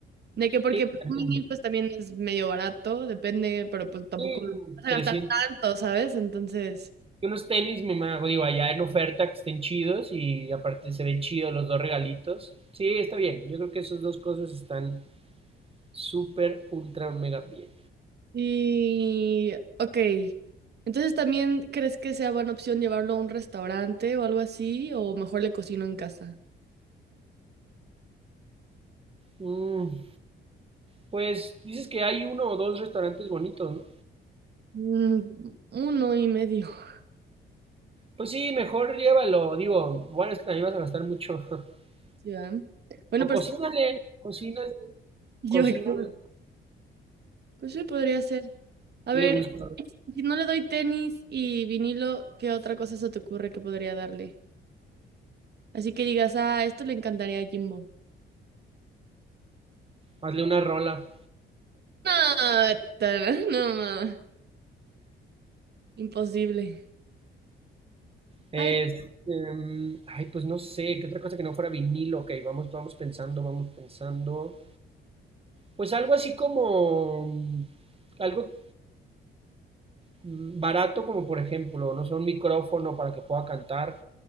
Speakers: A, on the right; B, on the right.
A: De que porque
B: sí,
A: pues,
B: también.
A: un vinil pues también es medio barato, depende, pero pues tampoco
B: Sí,
A: vas a
B: 300.
A: gastar tanto, ¿sabes? Entonces,
B: Y unos tenis, me imagino, digo, allá en oferta que estén chidos y aparte se ven chidos los dos regalitos. Sí, está bien. Yo creo que esas dos cosas están súper, ultra, mega bien.
A: y ok. Entonces, ¿también crees que sea buena opción llevarlo a un restaurante o algo así? ¿O mejor le cocino en casa?
B: Mm, pues dices que hay uno o dos restaurantes bonitos, ¿no?
A: Mm, uno y medio. <laughs>
B: Pues sí, mejor llévalo, digo, bueno, es que también vas a gastar mucho. <laughs>
A: ¿sí, va? Bueno,
B: O
A: pero
B: cocínale,
A: es que
B: cocínale,
A: Yo
B: cocínale,
A: creo. Pues sí, podría ser. A
B: qué
A: ver,
B: le gusta,
A: si no le doy tenis y vinilo, ¿qué otra cosa se te ocurre que podría darle? Así que digas, ah, esto le encantaría a Jimbo.
B: hazle una rola.
A: No, ta- no, ma. Imposible.
B: Este,
A: Ay,
B: mm, ay, pues no sé, qué otra cosa que no fuera vinilo, ok, vamos, vamos pensando, vamos pensando. Pues algo así como, mm, algo mm, barato como por ejemplo, no sé, un micrófono para que pueda cantar,